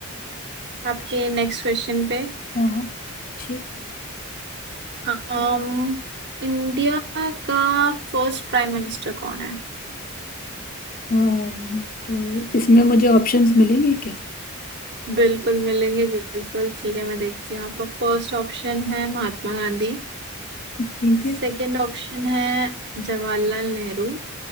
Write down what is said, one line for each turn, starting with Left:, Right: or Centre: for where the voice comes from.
Right: आपके नेक्स्ट क्वेश्चन पे
Left: हाँ छः
Right: um, इंडिया का फर्स्ट प्राइम मिनिस्टर कौन है
Left: अम, तो इसमें मुझे ऑप्शंस मिलेंगे क्या
Right: बिल्कुल मिलेंगे बिल्कुल ठीक है मैं देखती हूँ आपका फर्स्ट ऑप्शन है महात्मा गांधी
Left: ठीक
Right: सेकंड
Left: है
Right: ऑप्शन है जवाहरलाल नेहरू